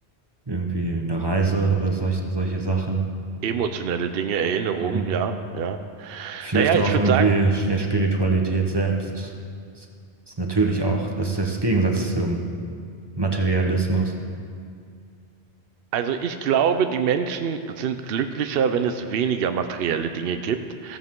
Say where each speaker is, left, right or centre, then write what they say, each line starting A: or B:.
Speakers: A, on the right; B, on the right.
A: irgendwie eine Reise oder solch, solche Sachen.
B: emotionelle Dinge, Erinnerungen,
A: Mhm.
B: ja, ja.
A: Vielleicht
B: Naja,
A: auch
B: ich würde
A: irgendwie
B: sagen,
A: ja, Spiritualität selbst. Das ist natürlich auch, das ist das Gegensatz zum Materialismus.
B: also ich glaube, die Menschen sind glücklicher, wenn es weniger materielle Dinge gibt.